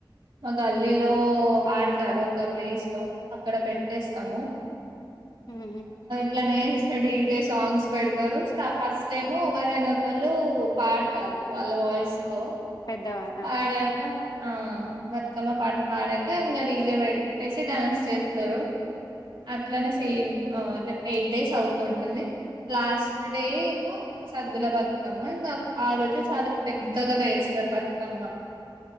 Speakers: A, on the right; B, on the left.
A: మ గల్లీలో ఆడత రు ఒక ప్లేస్ లో అక్కడ పెట్టేస్తాము
B: మ్మ్ మ్మ్
A: అట్లానే డీజే సాంగ్స్ పెడతారు ఫస్ట్ టైము ఎవరైన ఒకళ్ళు పాడతారు వాళ్ళ వాయిస్ తో
B: పెద్దవాళ్ళ
A: పాడాక ఆ బతుకమ్మ పాట పాడాక ఇంకా డీజే పెట్టేసి డాన్స్ చేస్తారు అట్లానే సేమ్ ఎయిట్ డేస్ అవుతూ ఉంటుంది లాస్ట్ డే ఏమో సద్దుల బతుకమ్మ ఇంగ ఆ రోజె చాలా పెద్దగా పేరుస్తారు బతుక మ్మ